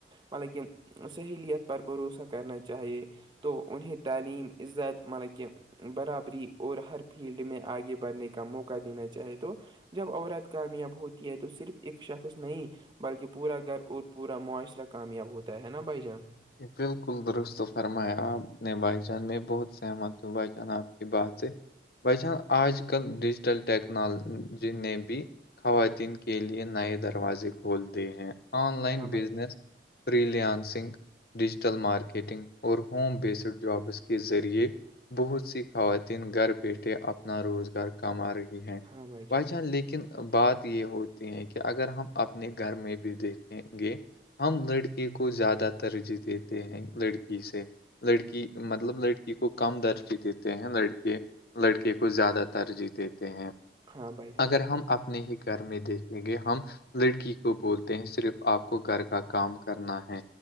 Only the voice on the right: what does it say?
مطلب کہ- سہیلیت پر بھروسہ کرنا چاہیے تو انہیں تعلیم عزت مطلب کہ برابری اور ہر فیلڈ میں آگے بڑھنے کا موقع دینا چاہے تو- جب عورت کامیاب ہوتی ہے تو صرف ایک شخص نہیں- بلکہ پورا گھر اور پورا معاشرہ کامیاب ہوتا ہے نا بھائی جان-
ہاں
بھائی جان
ہاں بھائی جان
ہاں بھائی جان